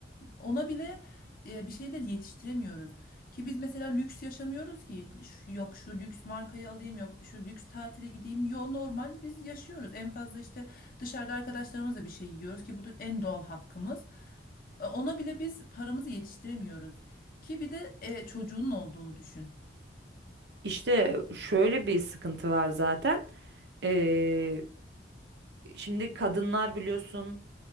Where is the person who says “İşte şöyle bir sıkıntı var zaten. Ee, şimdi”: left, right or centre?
Right